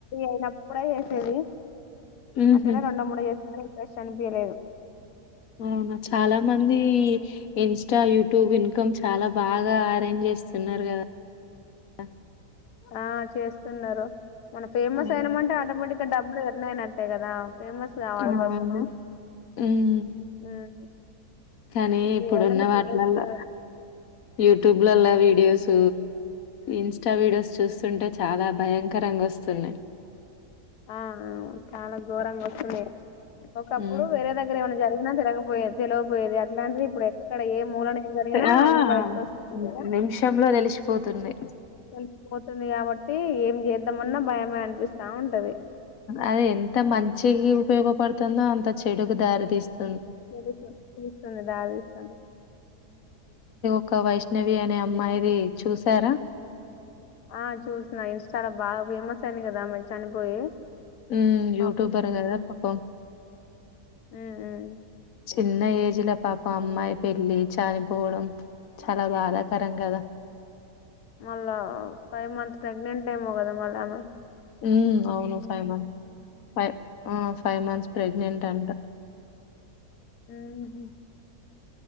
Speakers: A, on the left (about 85°); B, on the left (about 65°).
A: అయినప్పుడే చేసేది
B: ఊహు
A: అంటేనే రెండు మూడు చేస్ ఇంట్రెస్ట్ అనిపియలేదు.
B: అవునా చాలా మంది ఇన్స్టా, యూట్యూబ్ ఇన్కమ్ చాలా బాగా అరేంజ్ చేస్తున్నారు కదా. అ
A: ఆ చేస్తున్నారు మన ఫేమస్
B: అవును
A: అయినమంటే ఆటోమేటిక్ డబ్బులు యర్న్ అయినట్టే కదా ఫేమస్ కావాలి
B: ఆ
A: ఫస్ట్
B: హుమ్
A: ఉమ్
B: కానీ ఇప్పుడున్న
A: చేయాలంటే
B: వాట్లల్లో
A: చేయవచ్చు
B: యూటూబ్ లల్లో వీడియోస్ ఇన్స్టా వీడియోస్ చూస్తుంటే చాలా భయంకరంగా వస్తున్నాయ్
A: ఆ చాలా ఘోరంగా వస్తున్నాయ్ ఒకప్పుడు
B: హ్మ్.
A: వేరే దగ్గర ఏమన్నా జరిగి న తెలవకపోయే తెలో పోయేది అట్లాంటిది ఇప్పుడు ఎక్కడ ఏ మూలానా ఏం జరిగినా
B: ఆ!
A: అన్ని బయటకి వస్తుంది
B: హ్మ్.
A: కదా
B: నిమిషంలో తెలిసిపోతుంది.
A: తెలిసిపోతుంది కాబట్టి ఐతే ఏం చేద్దామన్నా భయమే అనిపిస్తా ఉంటది
B: అది ఎంత మంచికి ఉపయోగపడుతుందో అంత చెడుకు దారి తీస్తూంది
A: చదువుకో పిలుస్తంది ఆవలిస్తంది
B: ఒక్క వైష్ణవి అనే అమ్మాయిది చూసారా
A: ఆ చూసిన ఇన్స్టాలో బాగా ఫేమస్ అయింది కదా ఆమె చనిపోయి
B: హుమ్
A: పాపం
B: యూట్యూబర్ గదా పాపం
A: ఉమ్ ఉమ్
B: చిన్న ఏజ్ లా పాప అమ్మాయి పెళ్ళి చనిపోవడం చాలా బాదకారం కదా
A: మళ్ళా ఫైవ్ మంత్ ప్రెగ్నెంట్ ఏమో కదా మళ్ళమే
B: హుమ్ అవును ఫైవ్ మంత్స్ ఫైవ్ ఆ ఫైవ్ మంత్స్ ప్రెగ్నెంట్ అంట
A: హుమ్